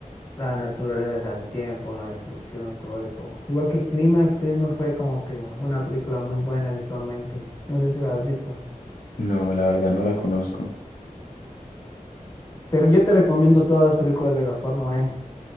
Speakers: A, on the left; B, on the left.
A: la naturaleza del tiempo, la destrucción y todo eso. Igual que Climax, Climax fue como que una película muy buena visualmente. No sé si la has visto.
B: No, la verdad no la conozco.
A: Pero yo te recomiendo todas las películas de Gaspar Noé.